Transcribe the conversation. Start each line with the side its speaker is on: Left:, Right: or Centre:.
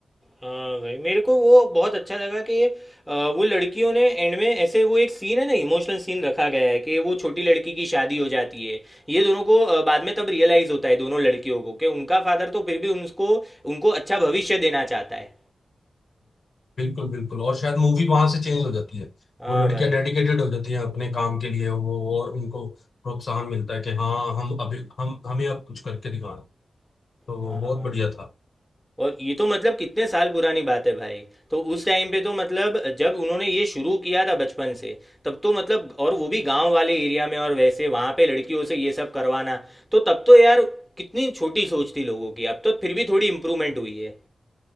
Centre: हाँ भाई मेरे को वो बहुत अच्छा लगा कि ये, अ, वो लड़कियों ने एंड में ऐसे वो एक सीन है ना इमोशनल सीन रखा गया है कि वो छोटी लड़की की शादी हो जाती है ये दोनों को अ, बाद में तब रियलाइज़ होता है दोनों लड़कियों को कि उनका फादर तो फिर भी उनको उनको अच्छा भविष्य देना चाहता है
Left: बिल्कुल बिल्कुल और शायद मूवी वहां से चेंज हो जाती है
Centre: हाँ
Left: वो लड़कियां
Centre: भाई
Left: डेडिकेटेड हो जाती हैं अपने काम के लिए वो और उनको प्रोत्साहन मिलता है कि हाँ हम अभी हम हमें अब कुछ करके दिखाना तो
Centre: हाँ
Left: बहुत बढ़िया था
Centre: और ये तो मतलब कितने साल पुरानी बात है भाई तो उस टाइम पे तो मतलब जब उन्होंने ये शुरू किया था बचपन से तब तो मतलब और वो भी गांव वाले एरिया में और वैसे वहाँ पे लड़कियों से ये सब करवाना तो तब तो यार कितनी छोटी सोच थी लोगों की अब तो फिर भी थोड़ी इम्प्रूवमेंट हुई है